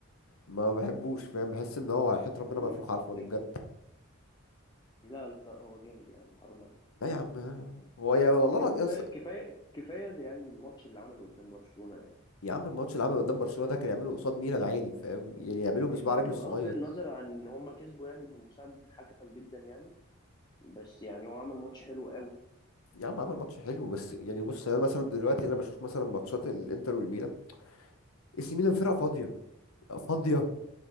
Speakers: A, on the left; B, on the left.
A: ما بحبوش فاهم بحس ان هو حياة
B: <clears throat>
A: ربنا منفوخ على الفاضي بجد
B: لا لا هو جامد يا عم حرام عليك
A: لا يا عم هو يا والله
B: يا
A: العظيم
B: عم كفايه
A: يا, أصل-
B: كفايه كفايه يعني الماتش اللي عمله قدام برشلونه يعني
A: يا عم الماتش اللي عمله قدام برشلونة ده كان يعمله قصاد ميلان عادي فاهم يعني يعمله
B: يعني
A: بصباع
B: بغ-
A: رجله
B: بغض
A: الصغير
B: النظر عن ان هم كسبوا يعني بمساعده الحكم جدا يعني بس يعني هو عمل ماتش حلو قوي
A: يا عم عمل ماتش حلو بس يعني بص انا مثلا دلوقتي انا بشوف مثلا ماتشات الانتر والميلان اي سي ميلان فرقة فاضية فاضية